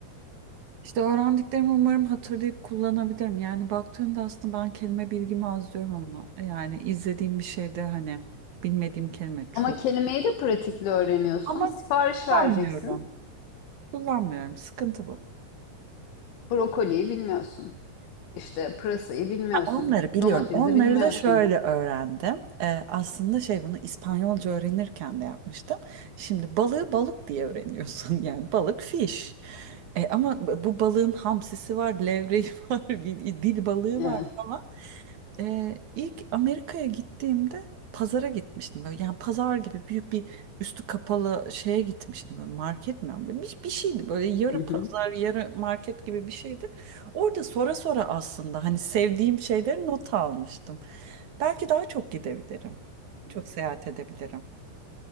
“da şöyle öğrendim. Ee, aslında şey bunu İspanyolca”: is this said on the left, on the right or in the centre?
Right